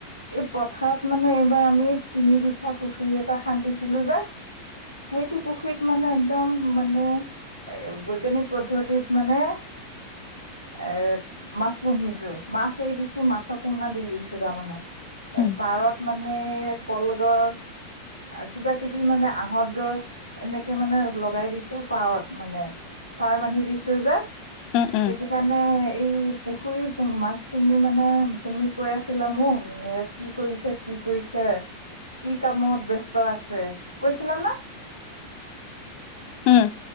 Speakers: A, on the left (about 90°); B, on the left (about 40°).
A: এই পথাৰত মানে এইবাৰ আমি তিন বিঘা পুখুৰী এটা শান্্তিছিলো যে এইটো পুখুৰীত মানে একদম মানে এ বৈজ্ঞানিক পদ্ধতিত মানে এৰ মাছ পুহিছো মাছ এৰি দিছো মাছৰ পণা দি দিছো তাৰমানে এ
B: উম,
A: পাৰত মানে কলগছ আৰু কিবা কিবি মানে আহত গছ এনেকে মানে লগাই দিছো পাৰত মানে পাৰ বান্ধি দিছো যে
B: উম, উম,
A: সেইটো কাৰণে এই পুখুৰী মাছ খিনি মানে তুমি কৈ আছিলা মোক যে কি কৰিছে কি কৰিছে কি কামত ব্যস্ত আছে কৈছিলা না
B: উম,